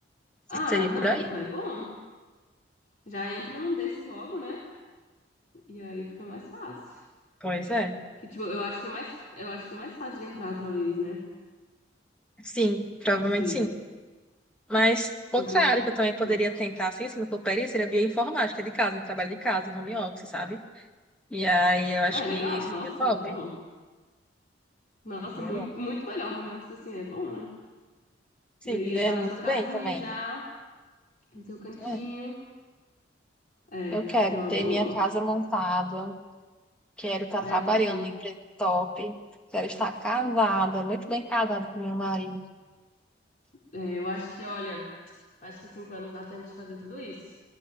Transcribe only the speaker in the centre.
seria
por aí.
Pois é.
Sim, provavelmente
sim. Mas outra
área que eu também poderia
tentar, sem se não for perícia, seria bioinformática de casa, em trabalho de casa, em home office, sabe? E aí eu acho
que
seria
top.
Seria
bom.
Sim,
que
ganha
muito
bem também.
É,
eu quero
ter
minha casa montada, quero estar
trabalhando
em empresa top, quero estar casada, muito bem casada com meu marido.